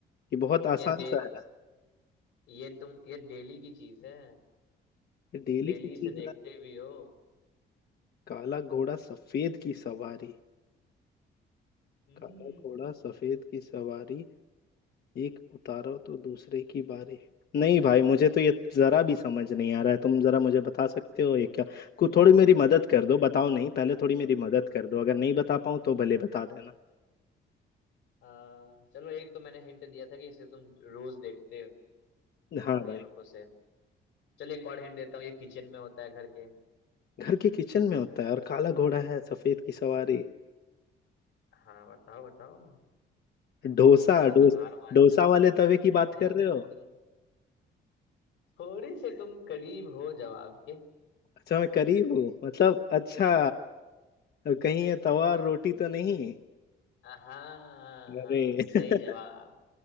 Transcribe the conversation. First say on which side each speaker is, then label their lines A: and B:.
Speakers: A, on the left (about 55°); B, on the left (about 85°).
A: कि बहुत आसान
B: ये डे
A: सा है
B: ये तुम ये डेली की चीज है
A: ये
B: तुम
A: डेली
B: डेली
A: की चीज
B: इसे देखते
A: है
B: भी हो
A: काला घोड़ा सफेद की सवारी
B: हम्म
A: काला घोड़ा सफेद की सवारी एक उतारो तो दूसरे की बारी नहीं भाई मुझे तो ये जरा भी समझ नहीं आ रहा है तुम जरा मुझे बता सकते हो ये क्या को थोड़ी मेरी मदद कर दो बताओ नहीं पहले थोड़ी मेरी मदद कर दो अगर नहीं बता पाऊँ तो भले बता देना
B: आ, चलो एक तो मैंने हिंट दिया था कि इसे तुम रोज देखते हो
A: हाँ
B: अपनी
A: भाई
B: आंखों से चलो एक और हिंट देता हूँ ये किचन में होता है घर के
A: घर के किचन में होता है और काला घोड़ा है सफेद की सवारी
B: हाँ बताओ बताओ
A: डोसा
B: यार
A: डो,
B: तुम हार मान
A: डोसा
B: जाओ
A: वाले तवे की बात
B: नहीं
A: कर रहे हो
B: थोड़ी से तुम करीब हो जवाब के
A: अच्छा मैं करीब हूँ मतलब अच्छा कहीं ये तवा और रोटी तो नहीं
B: हाँ
A: अरे <laughs>
B: सही जवाब